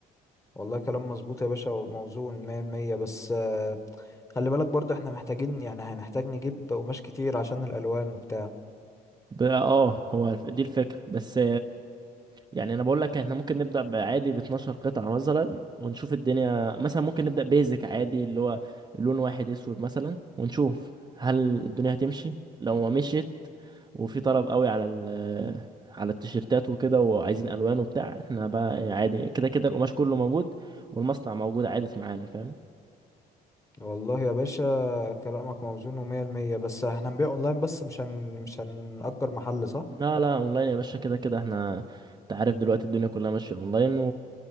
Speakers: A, on the left; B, on the right.
A: والله كلام مظبوط يا باشا وموزون مية المية بس آه، خلي بالك برضه احنا محتاجين يعني هنحتاج نجيب قماش كتير عشان الألوان وبتاع
B: ب- اه هو الف- دي الفكره بس يعني انا بقول لك احنا ممكن نبدا بعادي ب 12 قطعه مثلا ونشوف الدنيا مثلا ممكن نبدا بيزك عادي اللي هو لون واحد اسود مثلا ونشوف هل الدنيا هتمشي لو ما مشيت وفي طلب قوي على ال <laughs> على التيشيرتات وكده وعايزين الوان وبتاع احنا بقى عادي كده كده القماش كله موجود والمصنع موجود عادي معانا فاهم
A: والله يا باشا كلامك موزون ومية المية بس احنا هنبيع اونلاين بس مش هن مش هنأجر محل صح؟
B: لا لا اونلاين يا باشا كده كده احنا انت عارف دلوقتي الدنيا كلها ماشيه اونلاين